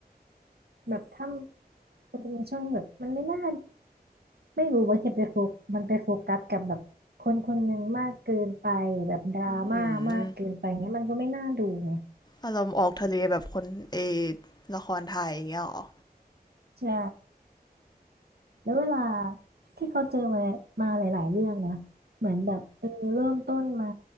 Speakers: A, on the right; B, on the left.
A: แบบถ้ามันจะเป็นช่วงที่แบบมันไม่น่า ไม่รู้บางทีไปโฟกมันไปโฟกัสกับแบบคนคนหนึ่งมากเกินไปแบบดราม่ามากเกินไปเงี้ยมันก็ไม่น่าดูไง
B: อืมอารมณ์ออกทะเลแบบคนเอ ละครไทยอย่างเงี้ยเหรอ
A: ใช่แล้วเวลาที่เขาเจอมามาหลายๆเรื่องนะเหมือนแบบเออเริ่มต้นมา